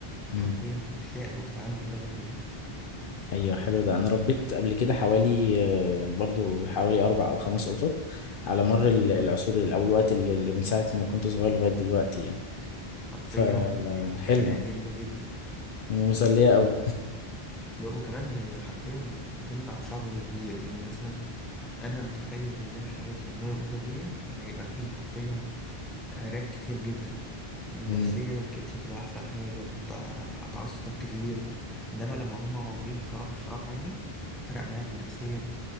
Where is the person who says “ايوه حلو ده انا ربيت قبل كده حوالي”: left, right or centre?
Left